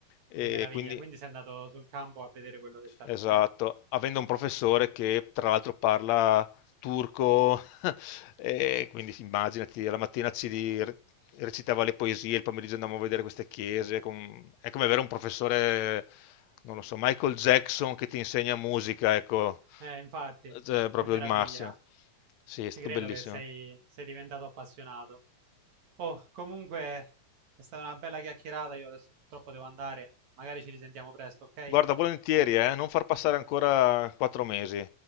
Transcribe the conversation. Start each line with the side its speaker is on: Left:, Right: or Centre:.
Left: E
Right: che meraviglia.
Left: quindi,
Right: Quindi sei andato sul campo a vedere quello che stavi
Left: esatto,
Right: studiando.
Left: avendo un professore che tra l'altro parla turco, e quindi sì, immaginati, alla mattina ci ri- recitava le poesie, il pomeriggio andavamo a vedere queste chiese. con- È come avere un professore, non lo so, Michael Jackson che ti insegna musica, ecco,
Right: Eh, infatti,
Left: Cioè, proprio
Right: che meraviglia.
Left: il massimo. Sì, è
Right: Ci
Left: stato
Right: credo
Left: bellissimo.
Right: che sei, sei diventato appassionato. Oh, comunque è stata una bella chiacchierata. Io adesso purtroppo devo andare. Magari ci risentiamo presto, ok?
Left: Guarda, volentieri, eh, non far passare ancora quattro mesi.